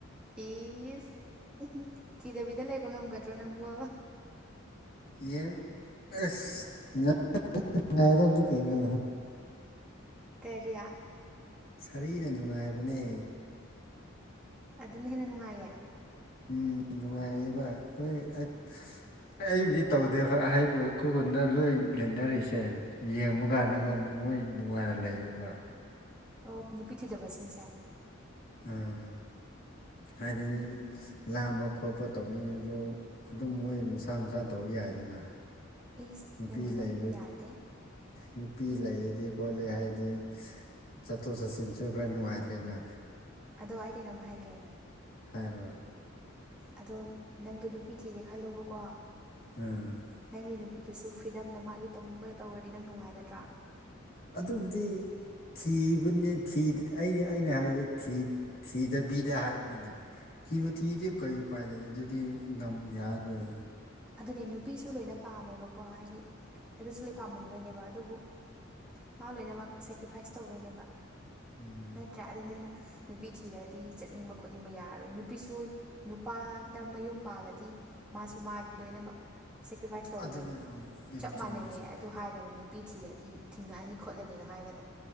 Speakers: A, in the centre; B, on the left.
A: ꯄꯤꯁ ꯎ ꯊꯤꯗꯕꯤꯗ ꯂꯩꯕ ꯉꯝꯒꯗ꯭ꯔꯣ ꯅꯪꯕꯣ
B: ꯌꯦꯗꯤ ꯀꯩꯅ
A: ꯀꯔꯤꯌꯥ
B: ꯁꯔꯤꯅ ꯅꯨꯡꯉꯥꯏꯕꯅꯦ
A: ꯑꯗꯨꯅ ꯍꯦꯟꯅ ꯅꯨꯡꯉꯥꯏꯌꯦ
B: ꯎꯝ ꯅꯨꯡꯉꯥꯏꯌꯦꯕ <unintelligible> <unintelligible> ꯑꯩꯕꯨꯗꯤ ꯇꯧꯗꯦ ꯑꯍꯩꯕ ꯑꯩꯈꯣꯏ ꯈꯨꯟꯗ ꯂꯣꯏ ꯂꯩꯅꯔꯤꯁꯦ ꯌꯦꯡꯕ ꯀꯥꯟꯗꯀꯣ
A: ꯎꯝ
B: ꯃꯣꯏ ꯅꯨꯡꯉꯥꯏꯅ ꯂꯩꯌꯦꯕ
A: ꯑꯣ ꯅꯨꯄꯤ ꯊꯤꯗꯕꯁꯤꯡꯁꯦ
B: ꯎꯝ ꯍꯥꯏꯗꯤ
A: ꯎꯝ
B: ꯂꯥꯡꯕ ꯈꯣꯠꯄ ꯇꯧꯅꯤꯡꯉꯁꯨ ꯑꯗꯨꯝ ꯃꯣꯏ ꯃꯁꯥ ꯃꯁꯥꯅ ꯇꯧ ꯌꯥꯏꯗꯅ
A: ꯏꯁ
B: ꯅꯨꯄꯤ
A: ꯅꯪꯒꯤ
B: ꯂꯩꯕ
A: ꯋꯥꯔꯤꯗꯣ ꯌꯥꯗꯦ
B: ꯅꯨꯄꯤ ꯂꯩꯔꯗꯤ ꯈꯣꯠꯂꯦ ꯍꯥꯏꯗꯤ ꯆꯠꯊꯣꯛ ꯆꯠꯁꯤꯟꯁꯨ ꯈꯔ ꯅꯨꯡꯉꯥꯏꯇ꯭ꯔꯦꯅ
A: ꯑꯗꯣ ꯑꯩ ꯀꯩꯅꯣꯝ ꯍꯥꯏꯒꯦ
B: ꯍꯥꯏꯔꯣ
A: ꯑꯗꯣ ꯅꯪꯗꯣ ꯅꯨꯄꯤ ꯊꯤꯔꯦ ꯈꯜꯂꯣꯕꯀꯣ
B: ꯎꯝ
A: ꯅꯪꯒꯤ ꯅꯨꯄꯤꯗꯨꯁꯨ ꯐ꯭ꯔꯤꯗꯝꯗ ꯃꯥꯒꯤ ꯇꯧꯅꯤꯡꯕꯗ ꯇꯧꯔꯗꯤ ꯅꯪ ꯅꯨꯡꯉꯥꯏꯒꯗ꯭ꯔꯥ
B: ꯑꯗꯨꯕꯨꯗꯤ ꯊꯤꯕ ꯑꯩꯅ ꯑꯩꯅ ꯍꯥꯏꯁꯦ ꯊꯤꯗꯕꯤꯗ ꯍꯥꯏꯕꯅꯤꯅ ꯀꯤꯕꯨ ꯊꯤꯗꯤꯦ ꯀꯩꯣ ꯄꯥꯏ ꯂꯩ ꯑꯗꯨꯗꯤꯗꯥꯝ ꯌꯥꯔ ꯔꯑꯦ
A: ꯑꯗꯨꯅꯦ ꯅꯨꯄꯤꯁꯨ ꯂꯣꯏꯅ ꯄꯥꯝꯃꯦꯕꯀꯣ ꯍꯥꯏꯗꯤ ꯑꯗꯨꯁꯨ ꯂꯣꯏ ꯄꯥꯝꯃꯝꯗꯣꯏꯅꯦꯕ ꯑꯗꯨꯕꯨ ꯃꯥ ꯂꯣꯏꯅꯃꯛ ꯁꯦꯀ꯭ꯔꯤꯐꯥꯏꯁ ꯇꯧꯗꯣꯏꯅꯦꯕ
B: ꯎꯝ
A: ꯅꯠꯇ꯭ꯔꯥ ꯑꯗꯨ ꯅ ꯑꯩꯅ ꯅꯨꯄꯤ ꯊꯤꯔꯗꯤ ꯆꯠꯅꯤꯡꯕ ꯈꯣꯠꯅꯤꯡꯕ ꯌꯥꯔꯔꯣꯏ ꯅꯨꯄꯤꯁꯨ ꯅꯨꯄꯥꯗ ꯃꯌꯨꯝ ꯄꯥꯜꯂꯗꯤ ꯃꯥꯁꯨ ꯃꯥꯒꯤ ꯂꯣꯏꯅꯃꯛ ꯁꯦꯀ꯭ꯔꯤꯐꯥꯏꯁ ꯇꯧꯈ꯭ꯔꯅꯤ
B: ꯑꯗꯨꯅꯦ ꯎꯝ ꯎꯝ
A: ꯆꯞ
B: ꯆꯨꯝꯃꯦ
A: ꯃꯥꯟꯅꯩꯌꯦ
B: ꯆꯨꯝꯃꯦ
A: ꯑꯗꯨ ꯀꯩꯅꯣ ꯅꯨꯄꯤ ꯊꯤꯔꯗꯤ ꯊꯤꯡꯉꯛꯑꯅꯤ ꯈꯣꯠꯂꯅꯤꯗꯣ ꯍꯥꯏꯒꯅꯣ